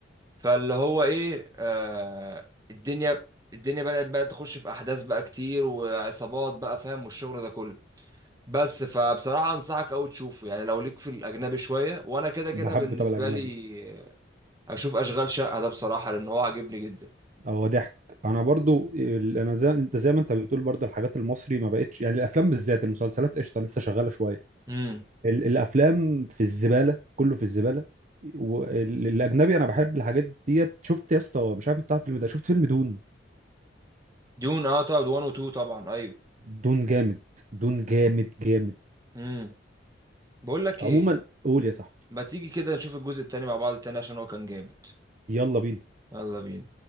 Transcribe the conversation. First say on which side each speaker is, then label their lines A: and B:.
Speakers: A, on the right; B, on the right.
A: فاللي هو ايه آه الدنيا الدنيا بدأت بقى تخش في احداث بقى كتير وعصابات بقى فاهم والشغل ده كله بس فبصراحة انصحك قوي تشوفه يعني لو ليك في الاجنبي شوية وانا كده كده
B: بحب
A: بالنسبة
B: طب الاجنبي
A: لي اشوف اشغال شقة ده بصراحة لان هو عاجبني جدا
B: آه، هو ضحك انا برضو ال- انا زي انت زي ما انت بتقول برضو الحاجات المصري ما بقتش يعني الافلام بالذات المسلسلات قشطه لسه شغاله شويه
A: امم
B: ال- الافلام في الزباله كله في الزباله والاجنبي انا بحب الحاجات ديت شفت يا اسطى مش عارف انت عارف الفيلم ده شفت فيلم دون
A: دون اه طبعا 1 و 2 طبعا ايوه
B: دون جامد دون جامد جامد
A: امم بقول لك ايه
B: عموما قول يا صاحبي
A: ما تيجي كده نشوف الجزء التاني مع بعض التاني عشان هو كان جامد
B: يلا بينا
A: يلا بينا